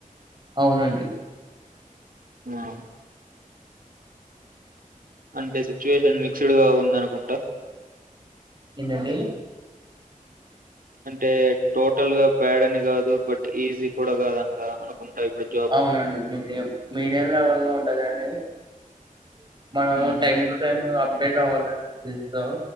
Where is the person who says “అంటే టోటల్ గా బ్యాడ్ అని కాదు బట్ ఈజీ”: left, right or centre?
Right